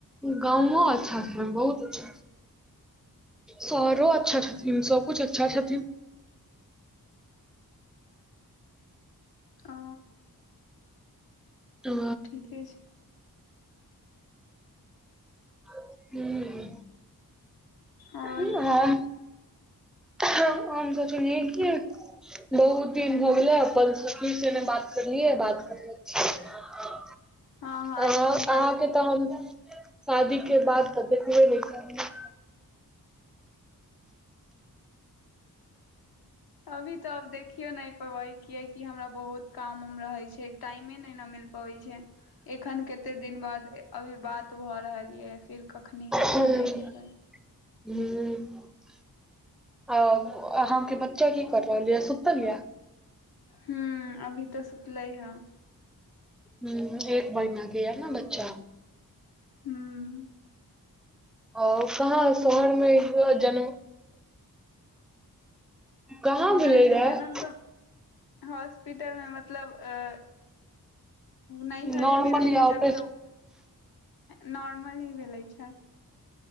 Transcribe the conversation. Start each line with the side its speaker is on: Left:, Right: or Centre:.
Centre: गाँवो अच्छा भेल, बहुत अच्छा। शहरो
Left: ओ
Centre: अच्छा छथिन, सब कुछ अच्छा छथिन।
Left: ओ।
Centre: ओ।
Left: ठीके छै
Centre: हुं।
Left: और
Centre: कि हम, हम सोचलियै कि बहुत दिन भ गेलै अपन सखी से ने बात करलियै, बात कर लै छी। हं।
Left: हँ हँ
Centre: अ
Left: ऐसे
Centre: अहाँके
Left: ही अइ
Centre: तऽ हम, शादी के बाद तऽ देखबे नै केलियै।
Left: अभी तऽ अब देखि केओ नहि पबै कियाकि हमरा बहुत काम उम रहै छै, टाइमे नै मिल पबै छै। एखन कते दिन बाद अभी बात भऽ रहल ये फिर कखनी। हेतै
Centre: हुं।
Left: नहि हेतै
Centre: अ अहाँके बच्चा की क रहल ये सुतल ये।
Left: हुं, अभी तऽ सुतलै हे।
Centre: हुं एक महिना गे ने बच्चा।
Left: हुं।
Centre: आर कहाँ शहरमे होअल जनम कहाँ भेलै
Left: नहि नहि
Centre: रहै।
Left: जनम तऽ हॉस्पिटल मे मतलब अ नैहरे
Centre: नॉर्मल
Left: मे रहिे
Centre: या
Left: जब
Centre: ऑपरेशन
Left: तऽ, नॉर्मल ही भेल छै।